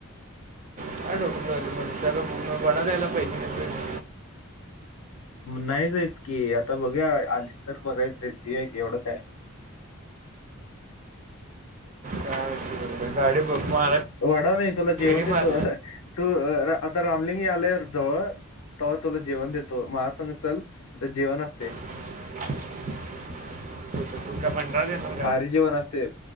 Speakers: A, on the right; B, on the left.
A: <unintelligible> वडा खायाला पैसे नाहीत.
B: नाहीचेत की आता बघूया आली. तर बघायच ती देवू या एवढं काय.
A: काय बरं, गाडी बघ <unintelligible>
B: वडा नाही तुला जेवण
A: फेरी
B: देतो,
A: मार
B: तू आता रामलिंग यालय जवळ. तवा तुला जेवण देतो, माजा संग चल तिथं जेवण असते.
A: <unintelligible>
B: भारी जेवण असते